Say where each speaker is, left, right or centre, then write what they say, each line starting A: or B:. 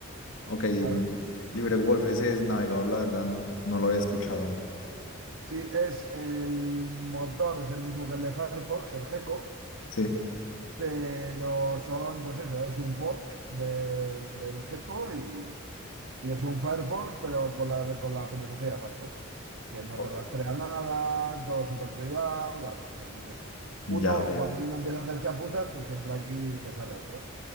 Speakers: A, on the left; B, on the right.
A: Ok,
B: Claro,
A: LibreWolf, ese es navegador, la verdad, no, no lo había escuchado.
B: Sí, es el motor, es el mismo que el de Firefox, el Gecko,
A: Sí.
B: pero son, pues eso, es un fork de- del Gecko y, y es un Firefox, pero con la, con la filosofía de Firefox, que no
A: Ok.
B: te rastrea nada, todo súper privado, claro, pues eso.
A: Ya,
B: Uno,
A: ve,
B: cuando uno empieza a hacer chapuzas, pues siempre aquí te sale otro,